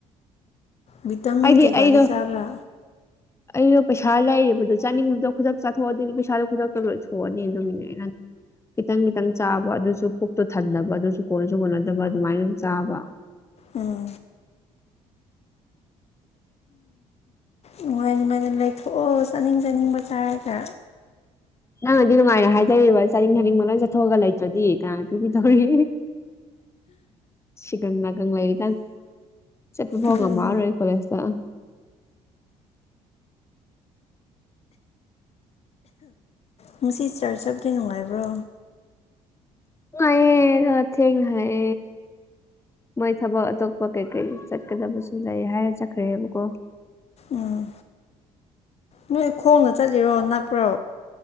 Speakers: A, on the left; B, on the left.
A: ꯚꯤꯇꯥꯝꯤꯟ
B: ꯍꯥꯏꯗꯤ
A: ꯀꯩ
B: ꯑꯩꯗꯣ
A: ꯀꯥꯗꯤ ꯆꯕ꯭ꯔ
B: ꯑꯩꯗꯣ ꯄꯩꯁꯥ ꯂꯩꯔꯤꯕꯗꯨꯣ ꯆꯥꯅꯤꯡꯕꯗꯣ ꯈꯨꯗꯛ ꯆꯥꯊꯣꯛꯑꯗꯤ ꯄꯩꯁꯥꯗꯣ ꯈꯨꯗꯛꯇ ꯂꯣꯏꯊꯣꯛꯑꯅꯤ ꯑꯗꯨꯃꯤꯅꯦ ꯑꯩꯅ ꯈꯤꯇꯪ ꯈꯤꯇꯪ ꯆꯥꯕ ꯑꯗꯨꯁꯨ ꯄꯨꯛꯇꯣ ꯊꯟꯗꯕ ꯑꯗꯨꯁꯨ ꯀꯣꯟꯅꯁꯨ ꯀꯣꯟꯅꯗꯕ ꯑꯗꯨꯃꯥꯏꯅ ꯑꯗꯨꯝ ꯆꯥꯕ
A: ꯎꯝ ꯅꯨꯡꯉꯥꯏ ꯅꯨꯡꯉꯥꯏꯅ ꯂꯩꯊꯣꯛꯑꯣ ꯆꯥꯅꯤꯡ ꯆꯥꯅꯤꯡꯕ ꯆꯥꯏꯔꯒ
B: ꯅꯪꯅꯗꯤ ꯅꯨꯡꯃꯥꯏꯅ ꯍꯥꯏꯖꯔꯤꯕ ꯆꯥꯅꯤꯡ ꯍꯅꯤꯡꯕ ꯂꯣꯏ ꯆꯠꯊꯣꯛꯑꯒ ꯂꯩꯇ꯭ꯔꯗꯤ ꯀꯅꯥꯅꯣ ꯄꯤꯕꯤꯗꯧꯔꯤ ꯁꯤꯒꯪꯅꯒꯪ ꯂ ꯂꯩ ꯆꯠꯄ ꯐꯉ
A: ꯑꯗꯨꯅꯤ
B: ꯃꯥꯔꯣꯏ ꯀꯂꯦꯖ
A: ꯉꯁꯤ ꯆꯥꯔꯖ ꯆꯞꯗꯤ ꯅꯨꯡꯉꯥꯏꯕ꯭ꯔꯣ
B: ꯉ ꯍꯥꯏ ꯃꯣꯏ ꯊꯕ ꯇꯣꯄ ꯀ ꯀ ꯆꯠꯀꯗꯕꯁꯨ ꯂꯩ ꯍꯥꯏꯔꯦ ꯆꯠꯈ꯭ꯔꯦꯕꯀꯣ
A: ꯎꯝ ꯅꯣꯏ ꯈꯣꯡꯅ ꯆꯠꯂꯤꯔꯣ ꯅꯛꯄ꯭ꯔꯣ